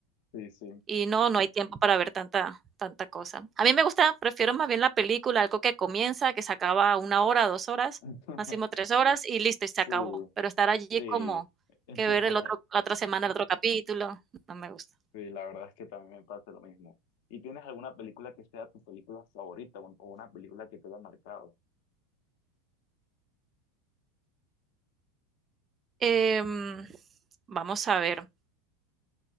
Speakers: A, on the left; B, on the right.
A: Sí, sí.
B: Y no, no hay tiempo para ver tanta tanta cosa. A mí me gusta, prefiero más bien la película, algo que comienza, que se acaba una hora, dos horas,
A: <laughs>
B: máximo tres horas y listo, y se
A: Sí,
B: acabó. Pero estar allí
A: sí.
B: como
A: <laughs>
B: que ver el otro, la otra semana, el otro capítulo, no me gusta.
A: Sí, la verdad es que también me pasa lo mismo. ¿Y tienes alguna película que sea tu película favorita o o una película que te haya marcado?
B: Em, vamos a ver.